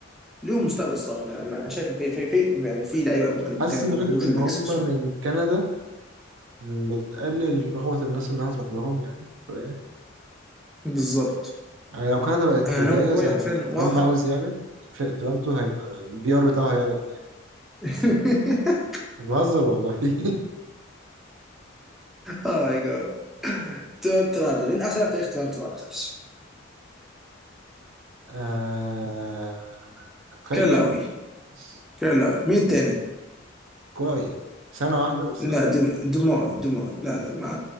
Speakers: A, in the centre; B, on the right.
A: ليهم مستقبل الصراحه انا أنا شايف الفريق فريق فريق يعني في لعيبه ممكن
B: حاسس
A: تعمل
B: ان فكرة
A: عندهم شويه
B: ان
A: بيكس
B: هم
A: بسيطه
B: من كندا بتقلل رغبة الناس انها تروح لهم يعني شوية.
A: بالظبط
B: يعني لو كندا بقت
A: انا
B: ولاية
A: ناوي شويه
B: زي
A: حرفيا
B: ما ترامب
A: واح
B: عاوز يعمل في تورنتو هيبقى البي ار بتاعه هيعلى كتير
A: <laughs>
B: مش بهزر والله <laughs>
A: اوه ماي جاد تورنتو رابترز مين احسن لاعب في تاريخ تورنتو رابترز؟
B: آه... كايل
A: كلاوي
B: لاوري بس
A: كلاوي مين التاني؟
B: كويس سنة واحدة بس آه.
A: لا دم دمار دمار لا لا ما